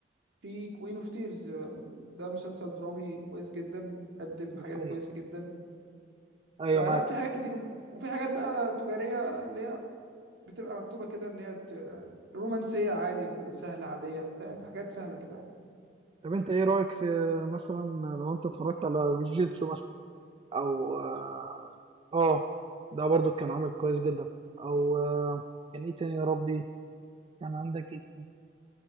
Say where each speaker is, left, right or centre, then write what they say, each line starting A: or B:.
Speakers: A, on the right; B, on the right.
A: في كوين اوف تيرز ده مسلسل درامي كويس جدا قدم حاجات
B: ده حقيقي
A: كويسه جدا
B: ايوه
A: فلا
B: معاك
A: في حاجات كتير وف- وفي حاجات بقى تجاريه اللي هي بتبقى مكتوبه كده ان هي ت- رومانسيه عادي سهله عاديه فاهم حاجات سهله كده يعني
B: طب انت ايه رايك في مثلا لو انت اتفرجت على فيجيتسو مثلا او اه آه، ده برضو كان عامل كويس جدا او آه، كان ايه تاني يا ربي كان عندك ايه تاني